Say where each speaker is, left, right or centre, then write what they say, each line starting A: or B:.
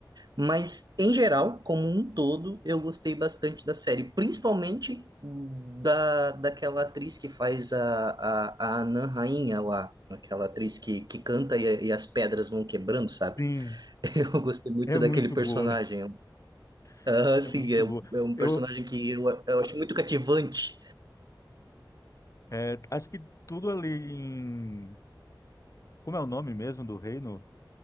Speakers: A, on the right; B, on the left.
A: mas em geral, como um todo, eu gostei bastante da série, principalmente da, daquela atriz que faz a, a, a Anã Rainha lá, aquela atriz que, que canta e, e as pedras vão quebrando, sabe?
B: Sim,
A: <laughs> Eu gostei muito
B: é
A: daquele
B: muito
A: personagem,
B: boa,
A: ah,
B: <laughs> é
A: sim,
B: muito
A: é,
B: boa.
A: é um
B: Eu
A: personagem que eu, eu acho muito cativante.
B: é, acho que tudo ali em... Como é o nome mesmo do reino?